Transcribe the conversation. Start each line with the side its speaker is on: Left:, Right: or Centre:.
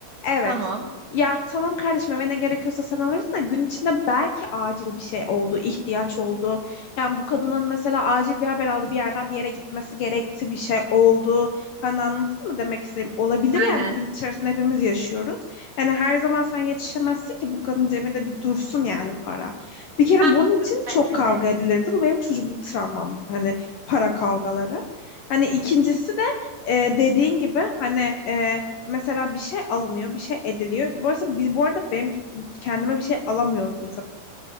Left: Evet.
Right: Tamam.
Left: Ya tamam kardeşim eve ne gerekiyorsa sen alırsın da gün içinde belki acil bir şey oldu, ihtiyaç oldu. Yani bu kadının mesela acil bir haber aldı, bir yerden bir yere gitmesi gerekti, bir şey oldu. Hani anladın mı demek istediğim? Olabilir
Right: Aynen.
Left: yani gün içerisinde hepimiz yaşıyoruz. Hani her zaman sen yetişemezsin ki bu kadın cebinde bir dursun yani para. Bir kere
Right: Heh,
Left: bunun için çok
Right: bence
Left: kavga
Right: de.
Left: edilirdi. Bu benim çocukluk travmam. Hani para kavgaları. Hani ikincisi de e, dediğin gibi hani e, mesela bir şey alınıyor, bir şey ediliyor. Bu arada, biz, bu arada benim kendime bir şey alamıyordum mesela.